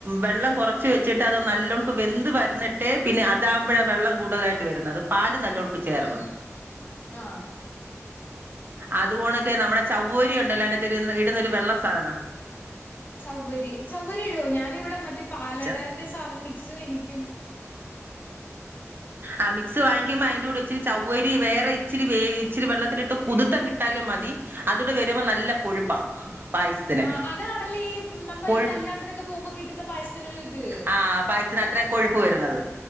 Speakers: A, on the right (about 40°); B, on the left (about 35°).
A: വെള്ളം കുറച്ച് വെച്ചിട്ട് അത്ോ നല്ലവോണക്ക് വെന്ത് വരന്നിട്ടേ പിന്നെ അതാകുമ്പോഴാ വെള്ളം കൂടുതലായിട്ട് വരുന്നത് അത് പാല് നല്ലവണക്ക് ചേർന്ന്
B: ആഹ
A: അതപോണൊക്കെ നമ്മുടെ ചൗവ്വരി ഉണ്ടല്ലോ അതിനത്ത് ഒരു ഇടുന്നരു വെള്ള സാധനം
B: ചൗവരി ചൗവരി ഇടോ ഞാനൻ ഇവിടെ മറ്റേ പാലടന്റെ
A: ച
B: സാധന മിക്സ എനിക്ക് പക്കും <unintelligible>
A: ആ മിക്സ് വാങ്ങിക്കുമ്പോ അതിന്റെ കൂടെ ഇച്ചിരി ചവ്വരി വേറെ ഇച്ചിരി വേ ഇച്ചിരി വെള്ളത്തിലിട്ട് കുതിത്തൻ കിട്ടാലും മതി അതുകൂടെ വരുമ്പോ നല്ല കൊഴുപ്പാ പായസത്തിന്
B: ആ അതാണല്ലേ ഈ നമ്മ
A: കൊഴു
B: ഈ കല്യാണത്തിനൊക്കെ പോകുമ്പോ കിട്ടുന്ന പായസത്തിന ഒരു ഇത്
A: ആ പായസത്തിന് അത്രയും കൊഴുപ്പ് വരുന്നത്